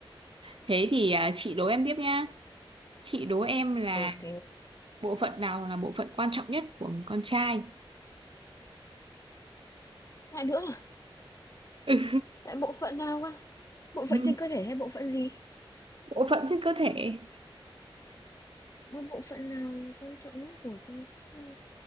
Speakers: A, on the right; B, on the left.
A: Thế thì à, chị đố em tiếp nhá. Chị đố em là
B: ok
A: bộ phận nào là bộ phận quan trọng nhất của người con trai?
B: lại nữa à?
A: Ừ.
B: lại bộ phận nào cơ bộ
A: Ừ,
B: phận trên cơ thể hay bộ phận gì
A: Bộ phận trên cơ thể.
B: Với bộ phận nào là quan trọng nhất của con người?